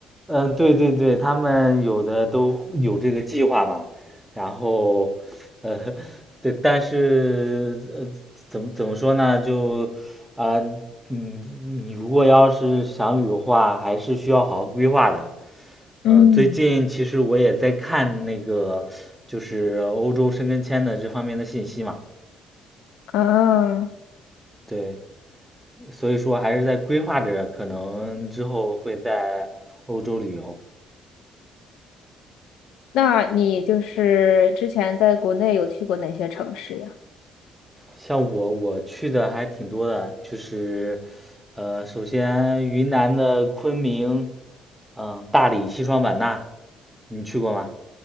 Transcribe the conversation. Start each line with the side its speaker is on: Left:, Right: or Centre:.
Centre: 嗯，对对对，他们有的都有这个计划嘛，然后，呃，<laughs> 对，但是呃，怎么怎么说呢，就，啊，你你如果要是想旅游的话，还是需要好好规划的。嗯，
Left: 嗯。
Centre: 最近其实我也在看那个，就是欧洲申根签的这方面的信息嘛。
Left: 啊，
Centre: 对，所以说还是在规划着，可能之后会在欧洲旅游。
Left: 那你就是之前在国内有去过哪些城市呀？
Centre: 像我，我去的还挺多的，就是，呃，首先云南的昆明，嗯、大理、西双版纳，你去过吗？